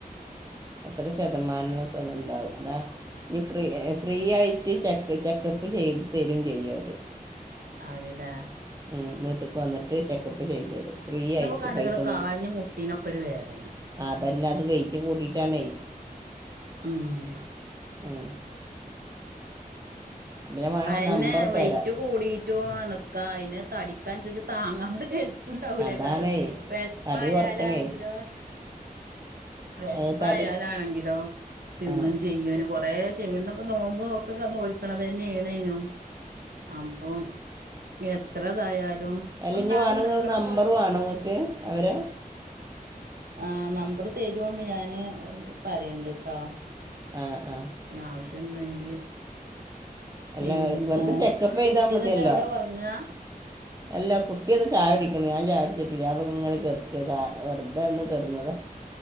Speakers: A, on the right (about 25°); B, on the right (about 80°).
A: എത്ര ശതമാനം ന്നൊക്കെ ഒന്ന് ണ്ടാവും അതാ ഇഞ് ഫ്രീ എ ഫ്രീ ആയിട്ട് ചെക്ക് ചെക്കപ്പ് ചെയ്ത് തരും ചെയ്യു അവര്
B: അവര് ല്ലേ
A: ഉം വീട്ട്ക്ക് വന്ന്ട്ട് ചെക്കപ്പ് ചെയ്തെരും ഫ്രീ ആയിട്ട്
B: നമുക്ക് കണ്ടുക്കണ
A: പൈസൊന്നു
B: കാലിന് മുട്ടീനൊക്കെ ഒരു വേദന
A: അതന്നെ അത് വെയിറ്റ് കൂടീട്ടാണെയ്
B: ഉം
A: ഉം അപ്പം ഞാൻ വേണമെങ്കിൽ
B: അയെന്നെ
A: നമ്പർ
B: വെയ്റ്റ്
A: തരാം
B: കൂടീറ്റു അ നിക്കാ അയ്ന് തടിക്കൻസരിച്ച് താങ്ങാള്ള കെൽ ത്തുണ്ടാവൂലേക്കാരം
A: അതാണേ
B: വെശ്പായാലാണെങ്കിലോ
A: തടി കുറക്കണേ
B: വെശ്പായാലാണെങ്കിലോ
A: അത് തടി
B: തിന്നും
A: ആ
B: ചെയ്യനു കൊറെ ശെ ഇന്ന്പ്പ നോമ്പോ നോക്ക നോക്കണത് തന്നെെയണു അപ്പൊ എത്രതായാലും
A: എല്ലഞ്ഞി
B: ഒന്നാത്
A: വാനങ്ങ
B: നീളം
A: നമ്പർ
B: കൊ
A: വാണ ങ്ങക്ക് അവരെ
B: ആ നമ്പർ തരോണ്ട് ഞാന് പറയണ്ട് ട്ടോ
A: ആ ആ
B: ഞ ആവശ്യണ്ടെങ്കി പിന്നെ
A: അല്ല വെറുതെ ചെക്കപ്പ് ചെയ്താൽ
B: കുട്ടി
A: മതിയല്ലോ
B: ന്നട്ട് എവിടെ ഉറങ്ങാ
A: അല്ല കുട്ടിയത് ചായ കുടിക്കണ് ഞാൻ ചായ കുടിടിച്ചിട്ടില്യ അപ്പൊ ങ്ങനെ കെട്ക്കാ വെറുത ഒന്ന് കെടുന്നത